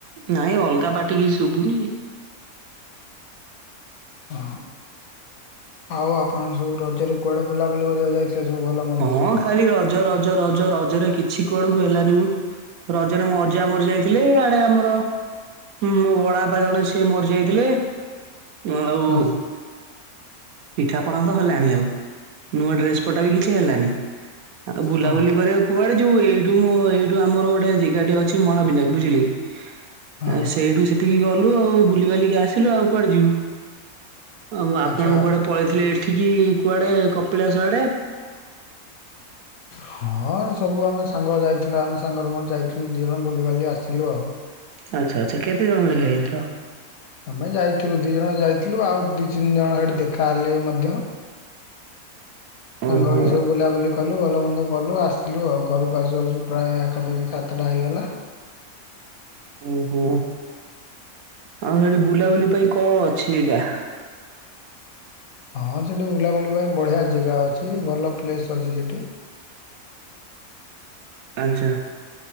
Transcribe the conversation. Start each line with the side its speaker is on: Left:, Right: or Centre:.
Right: ନାଇଁ ଅଲଗା ପାଟିକ ଶୁଭୁନି।
Left: ହଁ ଆଉ ଆପଣ ସବୁ ରଜରେ କୁଆଡେ ବୁଲାବୁଲି କରିବାକୁ ଯାଇଥିଲେ ସବୁ ଭଲ ମନ୍ଦ
Right: ହଁ
Left: ସବୁ
Right: ଖାଲି ରଜ ରଜ ରଜ ରଜରେ କିଛି କୁଆଡକୁ ହେଲାନି ମୁଁ ରଜରେ ମୋ ଅଜା ମରି ଯାଇଥିଲି ଇଆଡେ ଆମର ହଁ ମୋ ବଡ ବାପା ଜଣେ ସିଏ ମରିଯାଇଥିଲେ ଆଉ
Left: ହଁ
Right: ପିଠାପଣା ତ ହେଲାନି ଆଉ ନୂଆ ଡ୍ରେସ ପଟା ବି କିଛି ହେଲାନି। ଆଉ ବୁଲାବୁଲି
Left: ହଁ
Right: କରିବାକୁ କୁଆଡେ ଯୋଉ ଏଇଠୁ ମୋ ଏଇଠୁ ଆମର ଗୋଟେ ଜାଗାଟେ ଅଛି ମହାବିନାୟ ବୁଝିଲେ କି।
Left: ହଁ
Right: ଆ ସେଇଠୁ ସେତିକି ଗଲୁ ଆଉ ବୁଲି ବଲିକି ଆସିଲୁ ଆଉ କୁଆଡେ ଯିବୁ। ଆଉ ଆପଣ
Left: ଆଚ୍ଛା
Right: କୁଆଡେ ପଳେଇଥିଲେ ଏଠିକି କୁଆଡେ କପିଳାସ ଆଡେ
Left: ହଁ ସବୁ ଆମେ ସାଙ୍ଗ ଯାଇଥିଲୁ ଆମେ ସାଙ୍ଗରେ ମୋର ଯାଇଥିଲୁ ଦି ଜଣ ବୁଲିିବାଲି ଆସିଥିଲୁ ଆଉ
Right: ଆଚ୍ଛା ଆଚ୍ଛା କେତେ ଜଣ ଲେଖା ଇଥିଲ
Left: ଆମେ ଯାଇଥିଲୁ ଦି ଜଣ ଯାଇଥିଲୁ ଆଉ ଦି ତିନି ଜଣ ସେଠ ଦେଖ କା ହେଲେ ମଧ୍ୟ ସାଙ୍ଗ
Right: ଓହୋ
Left: ଏଇ ସବୁ ବୁଲାବୁଲି କଲୁ ଭଲ ମନ୍ଦ କଲୁ ଆସିଲୁ ଆଉ ଘରକୁ ଆସୁ ଆସୁ ପ୍ରାୟ ଆଖପାଖି ସାତଟା ହେଇଗଲା।
Right: ଓହୋ ଆଉ ସେଠି ବୁଲାବୁଲି ପାଇଁ କଣ ଅଛି ଆ୍ିକା
Left: ହଁ ସେଠି ବୁଲାବୁଲି ପାଇଁ ବଢ଼ିଆ ଜାଗା ଅଛି ଭଲ ପ୍ଲେସ୍ ଅଛି ସେଠି।
Right: ଆଚ୍ଛା।